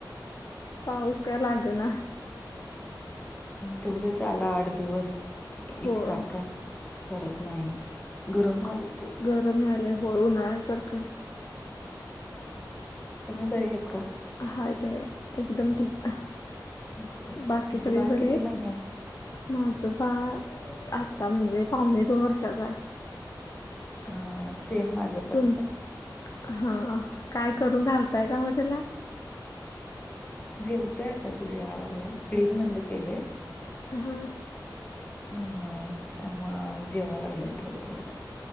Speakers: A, on the left; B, on the left.
A: पाऊस काय लाग ना.
B: तेवढंच आला आठ दिवस एकसारखा
A: होय
B: करत नाहीच गरम होयालय
A: गरम मिळालंय होय उन्हाळ्यासारखं
B: तुम्ही बरे आहेत का?
A: हाय तेव एकदम ठीक.
B: ओके. तुमचं
A: बाकी सगळे
B: बाळ
A: बरे
B: किती
A: आहेत
B: महिन्याच आहे?
A: माझं बाळ आता म्हणजे पावणे दोन वर्षाचा
B: हा सेम माझं पण
A: तुम हा काय करून घालताय का म त्याला
B: जेवतोय आता ते जेवा लागलाय फिडिंग बंद केलेय
A: हा
B: हा त्यामुळं जेवाय लागलंय थोडं-थोडं.